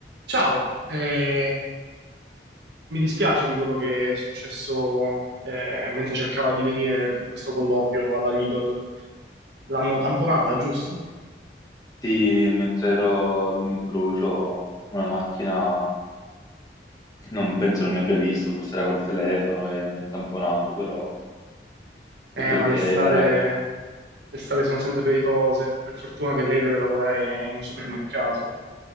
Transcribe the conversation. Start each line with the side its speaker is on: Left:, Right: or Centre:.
Right: Ciao, eh, mi dispiace di quello che è successo eh, mentre cercava di venire per questo colloquio alla Lidl. L'hanno tamponata, giusto?
Left: Sì, mentre ero ad un incrocio, una macchina non penso non mi abbia visto, forse era col telefono e mi ha tamponato, però tutto
Right: Eh, ma
Left: ok.
Right: le strade,
Left: La ra-
Right: le strade sono sempre pericolose. Per fortuna che lei deve lavorare in un supermercato.